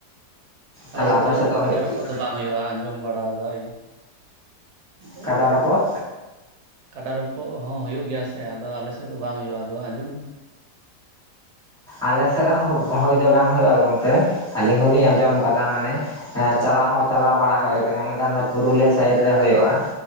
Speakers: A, on the right; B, in the centre.
A: ᱟᱞᱮ
B: ᱛᱟᱦᱚᱞᱮ
A: ᱥᱮᱫ
B: ᱟᱯᱮ
A: ᱫᱚ ᱡᱮᱢᱚᱱ
B: ᱦᱩᱭᱩᱜ
A: ᱠᱟᱰᱟ
B: ᱜᱮᱭᱟ
A: ᱨᱚᱯᱚᱜ ᱫᱚ ᱵᱟᱝ ᱦᱩᱭᱩᱜᱼᱟ ᱟᱸᱡᱚᱢ ᱵᱟᱲᱟ ᱠᱟᱜ ᱟᱹᱧ᱾ ᱟᱫᱚ
B: ᱠᱟᱰᱟ ᱨᱚᱯᱚᱜ᱾
A: ᱠᱟᱰᱟ ᱨᱚᱯᱚᱜ ᱦᱚᱸ ᱦᱩᱭᱩᱜ ᱜᱮᱭᱟ ᱥᱮ, ᱟᱫᱚ ᱟᱞᱮᱥᱮᱫ ᱫᱚ ᱵᱟᱝ ᱦᱩᱭᱩᱜᱼᱟ ᱟᱫᱚ ᱟᱸᱡᱚᱢ <inaudible>
B: ᱟᱞᱮ ᱥᱮᱫ ᱨᱮᱦᱚᱸ ᱦᱩᱭ ᱫᱚ ᱵᱟᱝ ᱦᱩᱭᱩᱜᱼᱟ ᱜᱚᱢᱠᱮ, ᱟᱹᱞᱤᱧ ᱦᱚᱞᱤᱧ ᱟᱸᱡᱚᱢ
A: ᱦᱮᱸ
B: ᱠᱟᱫᱟ ᱢᱟᱱᱮ ᱪᱟᱞᱟᱣ ᱦᱚᱸ ᱪᱟᱞᱟᱣ ᱵᱟᱲᱟ ᱦᱩᱭ ᱟᱠᱟᱱᱟ ᱚᱱᱟ ᱫᱚ ᱯᱩᱨᱩᱞᱤᱭᱟᱹ ᱥᱟᱭᱤᱰ ᱨᱮ ᱦᱩᱭᱩᱜᱼᱟ,